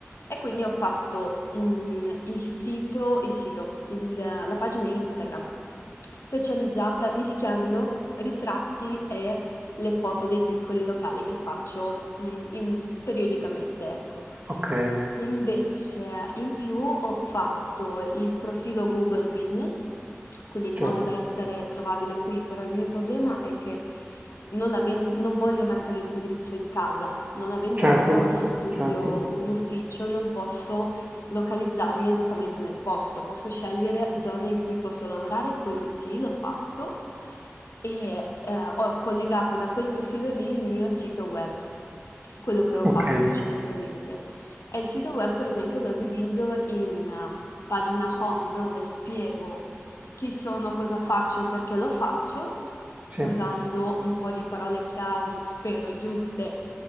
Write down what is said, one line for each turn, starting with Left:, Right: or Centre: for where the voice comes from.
Left: E quindi ho fatto mm, il sito, il sito, il- la pagina Instagram specializzata mischiando ritratti e le foto dei piccoli locali che faccio, mhmm, in periodicamente, ecco.
Right: ok,
Left: Invece, in più ho fatto il profilo Google Business, quindi in
Right: certo,
Left: modo da essere trovabile qui, però il mio problema è che non aven non voglio mettere l'indirizzo di casa, non avendo
Right: certo,
Left: ancora uno studio,
Right: certo,
Left: un ufficio, non posso localizzarmi esattamente nel posto, posso scegliere zone in cui posso lavorare, quello sì, l'ho fatto e eh, ho collegato da quel profilo lì il mio sito web, quello che ho
Right: ok,
Left: fatto precedentemente. E il sito web, per esempio, l'ho diviso in eh, pagina home dove spiego chi sono, cosa faccio e perché lo faccio,
Right: sì,
Left: usando un po' di parole chiavi, spero giuste,